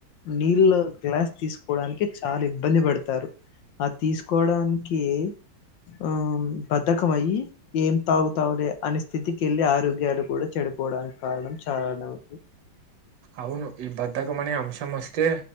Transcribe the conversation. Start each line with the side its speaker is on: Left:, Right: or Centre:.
Left: నీల్ గ్లాస్ తీసుకోవడానికి చాలా ఇబ్బంది పడతారు ఆ తీసుకోవడానికి ఆ బద్ధకం అయ్యి ఏం తాగుతావులే అనే స్థితికి వెళ్ళి ఆరోగ్యాలు కూడా చె డిపోవడానికి కారణం చాలానే ఉంది
Right: అవును ఈ బద్ధకం అనే అంశం వస్తే